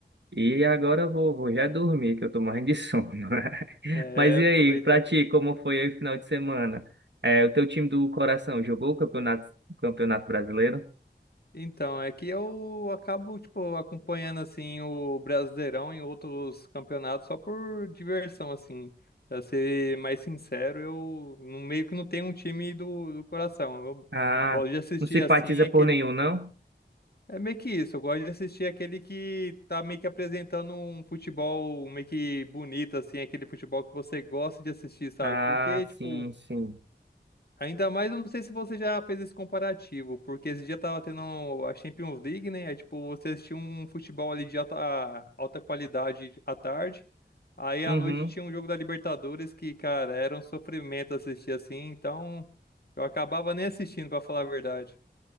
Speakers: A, on the right; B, on the left.
A: E agora eu vou, vou já dormir, que eu tô morrendo de sono. <laughs>
B: É,
A: Mas e
B: aproveitar.
A: aí, pra ti, como foi aí o final de semana? É, o teu time do coração jogou o campeonato, campeonato brasileiro?
B: Então, é que eu acabo, tipo, acompanhando, assim, o Brasileirão em outros campeonatos só por diversão, assim. Pra ser mais sincero, eu não- meio que não tenho um time do, do coração. Eu
A: Ah,
B: gosto de assistir,
A: não simpatiza
B: assim, aquele...
A: por nenhum, não?
B: É meio que isso, eu gosto de assistir aquele que tá meio que apresentando um futebol meio que bonito, assim, aquele futebol que você gosta de assistir, sabe?
A: Ah,
B: Porque,
A: sim,
B: tipo,
A: sim.
B: Ainda mais, eu não sei se você já fez esse comparativo, porque esse dia tava tendo a Champions League, né? É tipo, você assistia um futebol ali de alta, alta qualidade à tarde, aí
A: Uhum.
B: à noite tinha um jogo da Libertadores que, cara, era um sofrimento assistir assim, então eu acabava nem assistindo, pra falar a verdade.